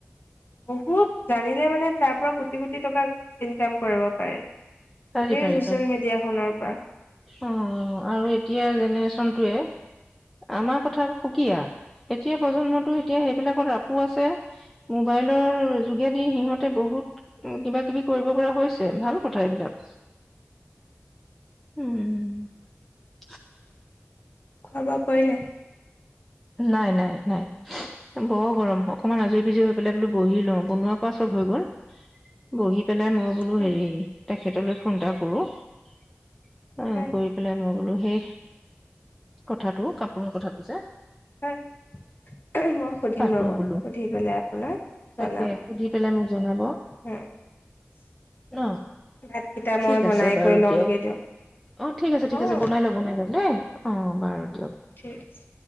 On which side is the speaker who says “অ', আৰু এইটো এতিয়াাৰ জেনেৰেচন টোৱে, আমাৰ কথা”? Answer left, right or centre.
Centre